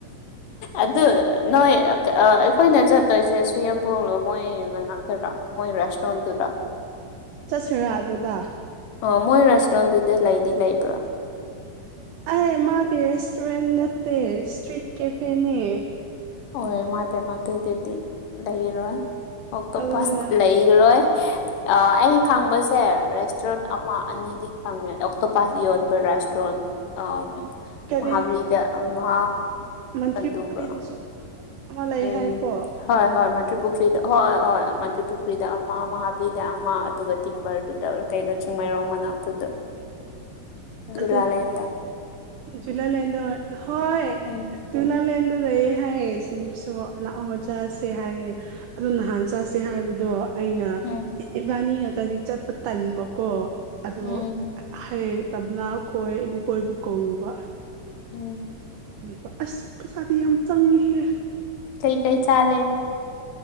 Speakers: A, on the left; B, on the right.
A: ꯑꯗꯨ ꯅꯣꯏ ꯑꯩꯈꯣꯏꯅ ꯆꯠꯇꯣꯏꯁꯦ ꯁꯨꯌꯦꯄꯣꯕꯣ ꯃꯣꯏ ꯃꯅꯥꯛꯇꯕꯥ ꯃꯣꯏ ꯔꯁꯣꯗꯨꯔ
B: ꯆꯠꯁꯤꯔꯥ ꯑꯗꯨꯗ
A: ꯑ ꯃꯣꯏ ꯔꯦꯁꯇꯨꯔꯦꯟꯗꯨꯗ ꯂꯩꯗꯤ ꯂꯩꯕ꯭ꯔꯥ
B: ꯑꯩ ꯃꯥꯒꯤ ꯔꯦꯁꯇꯨꯔꯦꯟ ꯅꯠꯇꯦ ꯏꯁꯇ꯭ꯔꯤꯠ ꯀꯦꯐꯦꯅꯦ
A: ꯑꯣꯣꯏ ꯃꯥꯏ ꯏ ꯄꯦ ꯃ ꯑꯗꯨꯗꯨꯗꯤ ꯂꯩꯔꯣꯏꯛꯇꯣ
B: ꯑꯗꯨꯅ
A: ꯂꯩ ꯏꯔꯣꯏ ꯑꯩ ꯈꯪꯕꯁꯦ ꯔꯦꯁꯇꯨꯔꯦꯟ ꯑꯃ ꯑꯅꯤꯗꯤ ꯍꯪꯉꯦ ꯑꯣꯛꯇꯣ ꯄꯥꯁ ꯌꯣꯟꯕ ꯔꯥꯁꯇ꯭ꯔꯣꯟ ꯑ
B: ꯀꯔꯤ
A: ꯃꯍꯥꯕꯔꯤꯗ ꯃꯥ
B: ꯃꯟꯇ꯭ꯔꯤ
A: ꯑꯗꯨꯒ
B: ꯄꯨꯈ꯭ꯔꯤꯗꯨꯁꯨ ꯑꯃ ꯂꯩ
A: ꯎꯝ
B: ꯍꯥꯏꯀꯣ
A: ꯍꯣꯏ ꯍꯣꯏ ꯃꯥ ꯇ꯭ꯔꯤꯄꯨꯈ꯭ꯔꯤꯗ ꯍꯣꯏ ꯍꯣꯏ ꯃꯥ ꯇ꯭ꯔꯤꯄꯨꯈ꯭ꯔꯤꯗ ꯑꯃ ꯃꯍꯥꯕꯤꯗ ꯑꯃ ꯑꯗꯨꯒ ꯇꯤꯝꯕꯔꯗꯨꯗ ꯀꯩꯅꯣ ꯆꯤꯡꯃꯩꯔꯣꯡ ꯃꯅꯥꯛꯇꯨꯗ ꯒꯤꯂꯥꯂꯦꯟꯗ
B: ꯑ ꯖꯨꯂ ꯂꯗ ꯍꯣꯏ
A: ꯎꯝ
B: ꯇꯨ ꯂꯥꯜꯂꯦꯟꯗ ꯂꯩꯌꯦ ꯍ ꯁꯤꯟꯗꯤ ꯐꯁꯨ ꯂꯥꯛꯑꯣꯖꯥꯁꯦ ꯍꯥꯏꯌꯦ ꯑꯗꯣ ꯅꯍꯥꯟ ꯆꯥꯁꯦ ꯍꯥꯏꯕꯗꯣ ꯑꯩꯅ
A: ꯎꯝ
B: ꯏꯕꯥꯅꯤ ꯉꯥꯛꯇꯗꯤ ꯆꯠꯄ ꯇꯟꯕꯀꯣ ꯑꯗꯣ
A: ꯎꯝ
B: ꯍꯌꯦ ꯇꯞꯅ ꯈꯣꯏ ꯃꯈꯣꯏꯕꯨ ꯀꯧꯕꯧꯕ
A: ꯎꯝ
B: ꯕ ꯑꯁ ꯄꯩꯁꯥꯗꯤ ꯌꯥꯝ ꯆꯪꯉꯤꯍꯦ
A: ꯀꯩ ꯀꯩ ꯆꯥꯂꯦ